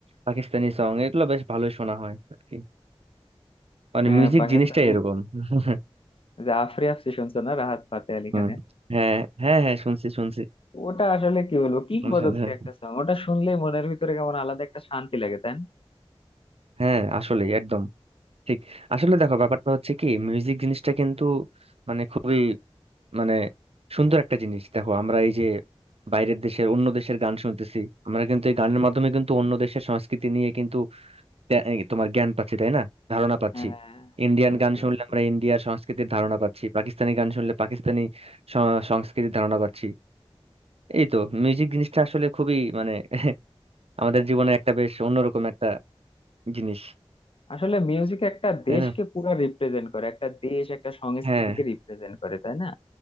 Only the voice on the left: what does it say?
হ্যাঁ
পাকিস্তানে
যে আফরি আফসি শুনছো না রাহাত ফাতে আলি
খানের
ওটা আসলে কি বলবো কিংবদন্তি
একটা সং ওটা শুনলেই মনের ভিতরে কেমন আলাদা একটা শান্তি লাগে তাই না
হ্যাঁ
বুঝতে
পারছি
আসলে মিউজিক একটা
দেশকে
পুরো রিপ্রেজেন্ট করে একটা দেশ একটা সংস্কৃতিকে
রিপ্রেজেন্ট করে তাই না